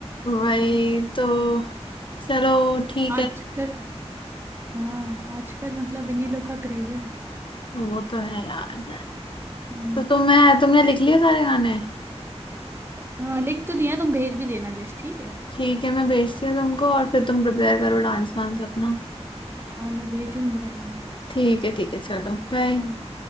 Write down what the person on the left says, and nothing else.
वही तो चलो ठीक
है
वो तो है यार
तो तुम्हें तुमने लिख लिए सारे गाने
ठीक है मैं भेजती हूँ तुमको और फिर तुम प्रिपेयर करो डांस वांस अपना
ठीक है ठीक है चलो बाय